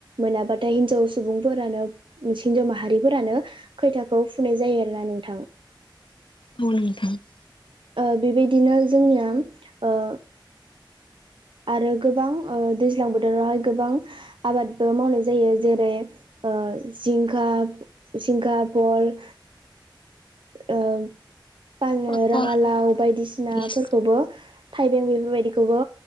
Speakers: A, on the right; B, on the left.
A: मोनाबाथाय हिनजाव सुबुंफोरानो हिनजाव माहारिफोरानो खैथाखौ फुनाय जायो आरो ना नोंथां।
B: <unintelligible>
A: ओ बेबायदिनो जोंनिया ओ आरो गोबां ओ दैज्लां बोथोरावहाय गोबां आबादबो मावनाय जायो जेरै ओ जिंखा जिंखा भल ओ पानि
B: पटल
A: राङालाव बायदिसिनाफोरखौबो
B: लेस्रा
A: थाइबें बेफोरबायदिखौबो